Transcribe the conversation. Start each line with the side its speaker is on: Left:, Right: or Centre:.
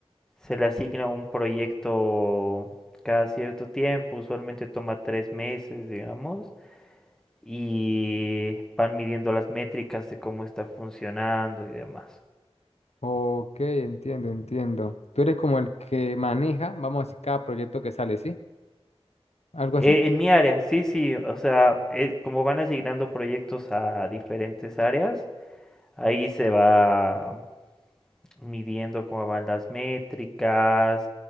Centre: se le asigna un proyecto cada cierto tiempo, usualmente toma tres meses, digamos, y van midiendo las métricas de cómo está funcionando y demás.
Left: Ok, entiendo, entiendo. Tú eres como el que maneja, vamos a decir, cada proyecto que sale, ¿sí? Algo
Centre: Eh,
Left: así.
Centre: en mi área, sí, sí, o sea, eh, como van asignando proyectos a diferentes áreas, ahí se va. midiendo cómo van las métricas,